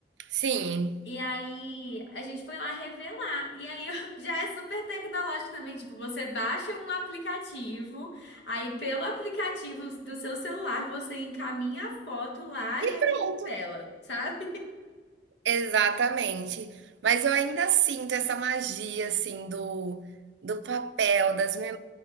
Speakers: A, on the right (about 80°); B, on the left (about 80°).
A: Sim,
B: E aí, a gente foi lá revelar. E aí, <laughs> já é super tecnológico também. Tipo, você baixa um aplicativo, aí pelo aplicativo do seu celular, você encaminha a foto lá
A: e
B: e aí
A: pronto.
B: ele revela, sabe?
A: Exatamente. Mas eu ainda sinto essa magia, assim, do do papel, das